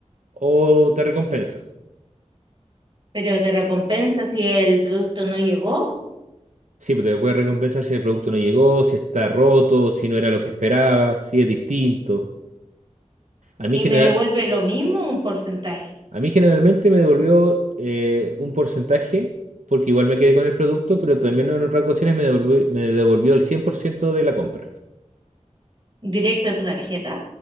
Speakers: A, on the right (about 75°); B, on the right (about 40°).
A: o te recompensa.
B: Pero te recompensa si el producto no llegó
A: Sí, pero te puede recompensar si el producto no llegó, si está roto, si no era lo que esperabas, si es distinto. A mí,
B: y
A: general,
B: me devuelve lo mismo, un porcentaje
A: a mí generalmente me devolvió eh, un porcentaje, porque igual me quedé con el producto, pero también en otras ocasiones me devolvió, me devolvió el 100% de la compra.
B: directo a tu tarjeta.